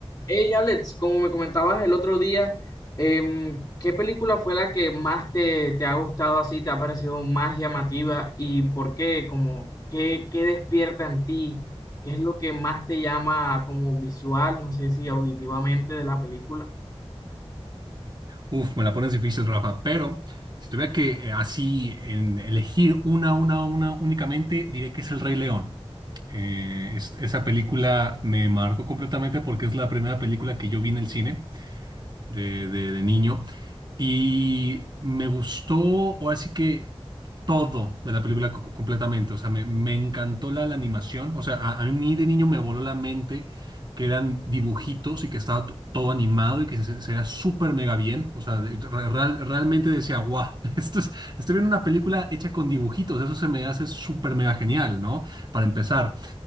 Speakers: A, on the left (about 35°); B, on the right (about 40°).
A: Hey Alex, como me comentabas el otro día, em, ¿qué película fue la que más te, te ha gustado así, te ha parecido más llamativa y por qué? Como, ¿qué, qué despierta en ti? ¿Qué es lo que más te llama como visual, no sé si auditivamente de la película?
B: Uf, me la pones difícil, Rafa, pero si tuviera que eh, así en- elegir una, una, una únicamente, diría que es El Rey León. Eh, es- esa película me marcó completamente porque es la primera película que yo vi en el cine de, de- de niño y me gustó, o así que todo de la película co- completamente, o sea, me, me encantó la, la animación, o sea, a, a mí de niño me voló la mente que eran dibujitos y que estaba to- todo animado y que se, se veía súper mega bien, o sea, de- re- real- realmente decía, guau, <laughs> esto es, estoy viendo una película hecha con dibujitos, eso se me hace súper mega genial, ¿no? Para empezar.